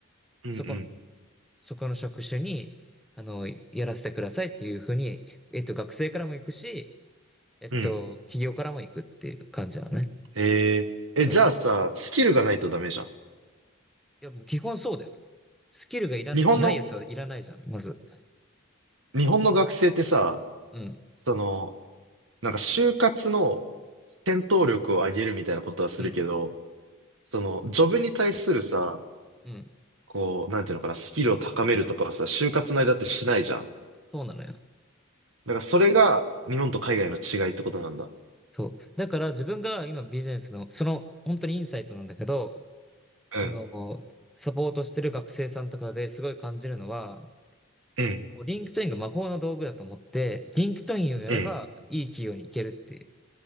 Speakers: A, on the right (about 65°); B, in the centre.
A: うん
B: そこの、そこの職種に、あの、やらせてくださいっていうふうに、えっと、学生からも行くし、えっと、
A: うん。うん。
B: 企業からも行くっていう感じなのね。
A: えー、
B: そう。
A: え、じゃあさ、スキルがないとダメじゃん。
B: いや、もう基本そうだよ。スキルがいらないやつはいらないじゃん、
A: 日本の、
B: まず。
A: 日本の学生ってさ、
B: うん、
A: その、なんか就活の戦闘力を上げるみたいなことはするけど、
B: うん、
A: その、ジョブに対するさ、
B: うん。
A: こう、なんていうのかな、スキルを高めるとかはさ、就活の間ってしないじゃん。だ
B: そうなのよ。
A: からそれが日本と海外の違いってことなんだ。
B: そう。だから自分が今ビジネスの、その、本当にインサイトなんだけど、
A: うん。
B: あの、サポートしてる学生さんとかですごい感じるのは、
A: うん
B: もうリンクトインが魔法の道具だと思って、リンクトインをやればいい企業に行けるって
A: うん、